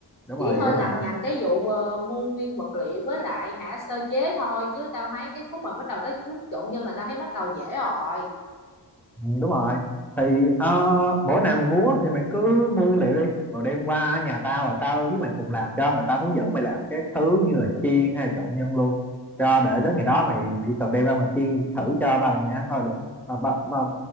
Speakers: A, in the centre; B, on the left.
A: đúng
B: Chị
A: rồi
B: hơi
A: dễ mà
B: lằng nhằng cái vụ ờ, mua nguyên vật liệu với lại hả sơ chế thôi chứ tao thấy cái khúc mà bắt đầu tới khúc trộn nhân là tao thấy bắt đầu dễ rồi
A: Ừ, đúng rồi thì ờ, bữa nào mày muốn á thì mày cứ mua nguyên liệu đi rồi đem qua nhà tao rồi tao với mày cùng làm cho rồi tao hướng dẫn mày làm cái thứ như là chiên hay là trộn nhân luôn cho để đến ngày đó mày mày chỉ cần đem ra mày chiên thử cho ba mày mày ăn thôi được à, ba, ba,